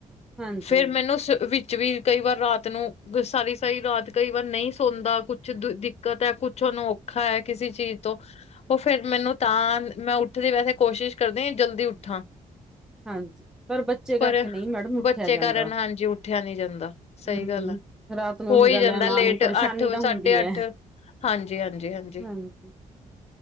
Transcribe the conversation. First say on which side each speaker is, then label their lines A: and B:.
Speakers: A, in the centre; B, on the left (about 50°).
A: ਹਾਂਜੀ
B: ਫੇਰ ਮੈਨੂੰ, ਵਿੱਚ ਵਿੱਚ ਵੀ ਕਈ ਵਾਰ ਰਾਤ ਨੂੰ, ਸਾਰੀ- ਸਾਰੀ ਰਾਤ ਕਈ ਵਾਰ ਨਹੀਂ ਸੌਦਾ ਕੁਛ ਦਿੱਕਤ ਹੈ, ਕੁਛ ਅਨੋਖਾ ਹੈ ਕਿਸੇ ਚੀਜ਼ ਤੋਂ ਉਹ ਫਿਰ ਮੈਨੂੰ ਤਾਂ, ਮੈਂ ਉੱਠਦੀ ਵੈਸੇ ਕੋਸ਼ਿਸ਼ ਕਰਦੀ, ਜਲਦੀ ਉੱਠਾਂ
A: ਹਾਂਜੀ ਪਰ ਬੱਚੇ ਕਰਕੇ
B: ਪਰ,
A: ਨਹੀਂ ਮੈਡਮ ਉੱਠਿਆ
B: ਬੱਚੇ
A: ਜਾਂਦਾ
B: ਕਾਰਨ ਹਾਂਜੀ ਉਠਿਆ ਨਹੀਂ ਜਾਂਦਾ, ਸਹੀ
A: ਹੂੰ,
B: ਗੱਲ ਆ
A: ਰਾਤ ਨੂੰ
B: ਹੋ
A: ਉਹੀ
B: ਹੀ
A: ਗੱਲ
B: ਜਾਂਦਾ
A: ਹੈ ਮਾਂ
B: ਲੇਟ
A: ਨੂੰ ਪਰੇਸ਼ਾਨੀ
B: ਅੱਠ
A: ਤਾਂ ਹੁੰਦੀ
B: ਸਾਡੇ ਤੇ
A: ਹੈ।
B: ਅੱਠ ਹਾਂਜੀ-ਹਾਂਜੀ-ਹਾਂਜੀ।
A: ਹਾਂਜੀ।